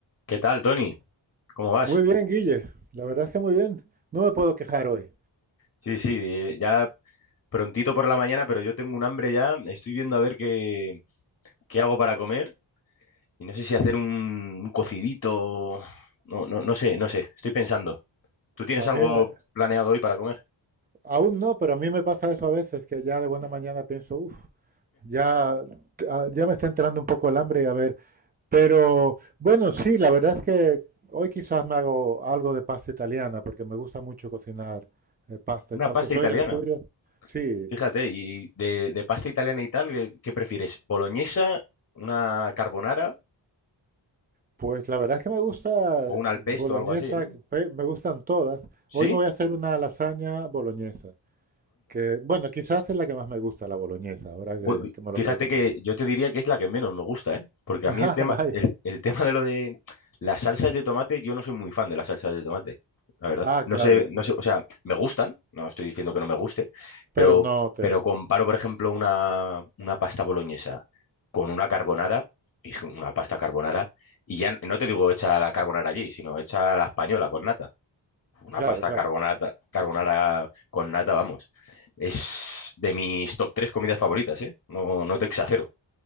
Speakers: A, on the left; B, on the right.
A: ¿Qué tal, Tony? ¿Cómo vas?
B: Muy bien, Guille. La verdad es que muy bien. No me puedo quejar hoy.
A: Sí, sí, eh, ya prontito por la mañana, pero yo tengo un hambre ya. Estoy viendo a ver qué, qué hago para comer y no sé si hacer un, un cocidito. No, no, no sé, no sé. Estoy pensando. ¿Tú tienes
B: A
A: algo
B: mí, eh,
A: planeado hoy para comer?
B: aún no, pero a mí me pasa eso a veces, que ya de buena mañana pienso, uff, ya, ah, ya me está entrando un poco el hambre y a ver. Pero bueno, sí, la verdad es que hoy quizás me hago algo de pasta italiana, porque me gusta mucho cocinar eh, pasta.
A: Una
B: Aunque
A: pasta
B: soy
A: italiana.
B: de Asturias, sí,
A: Fíjate, y de, de pasta italiana y tal, ¿qué, qué prefieres? ¿Boloñesa, una carbonara
B: pues la verdad es que me gusta
A: o
B: eh,
A: un al pesto
B: boloñesa,
A: o algo así, ¿no?
B: pe- me gustan todas.
A: ¿Sí?
B: Hoy me voy a hacer una lasaña boloñesa. Que, bueno, quizás es la que más me gusta, la boloñesa, ahora que,
A: Ju-
B: que me lo
A: Fíjate
B: preguntas.
A: que
B: <laughs>
A: yo te diría que es la que menos me gusta, ¿eh? Porque a
B: Ah,
A: mí el tema,
B: vaya.
A: el, el tema de lo de las salsas de tomate, yo no soy muy fan de las salsas de tomate, la verdad.
B: Ah,
A: No
B: claro.
A: sé, no sé, o sea, me gustan, no estoy diciendo que no me guste, pero,
B: Pero no te...
A: pero comparo, por ejemplo, una, una pasta boloñesa con una carbonara, y es que una pasta carbonara, y ya no te digo hecha la carbonara allí, sino hecha a la española con nata. Una
B: Claro,
A: pasta
B: claro.
A: carbonata, carbonara con nata, vamos. Es de mis top tres comidas favoritas, ¿eh? No, no te exagero.